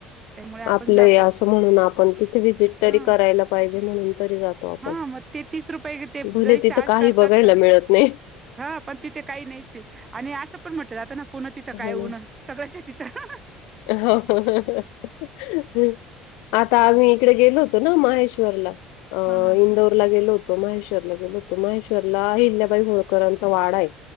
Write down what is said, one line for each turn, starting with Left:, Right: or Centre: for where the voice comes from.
Right: त्यामुळे आपण
Left: आपलय
Right: जातो
Left: असं म्हणून आपणं तिथे वजिट
Right: हा
Left: तरी करायला पाहिजे म्हणून तरी जातो. आपण
Right: हा मग ते तीस रुपये ते
Left: भले
Right: जरी
Left: तिथं
Right: चार्ज
Left: काही
Right: करतात,
Left: बघायला
Right: तर
Left: मिळत नाही.
Right: हा पण तिथे काही नाहीच हाय. आणि असं पण म्हटलं जात पुणं तिथं
Left: हा
Right: काय
Left: ना.
Right: उन सगळंच आहे तिथं.
Left: हो हो ह हहहं आम्ही इकडे गेलो होतो, ना महेश्वरला
Right: हा हा हा
Left: इंदौर गेलो होतो, माहेश्वरला गेलो होतो माहेश्वरला हिल्याबाई होळकरांचा वाडाय.